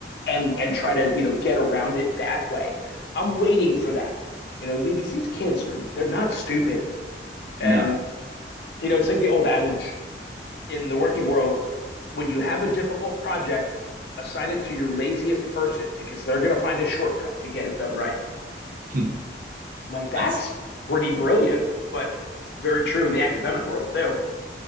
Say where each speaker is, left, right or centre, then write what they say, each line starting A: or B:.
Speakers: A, on the left; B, on the right.
A: and and try to you know get around it that way. I'm waiting for that, you know, because these kids are they're not stupid, and
B: No,
A: you know it's like the old adage in the working world: when you have a difficult project, assign it to your laziest person because they're going to find a shortcut to get it done right.
B: <laughs>
A: I'm like that's
B: that's
A: pretty brilliant, but very true in the academic world too.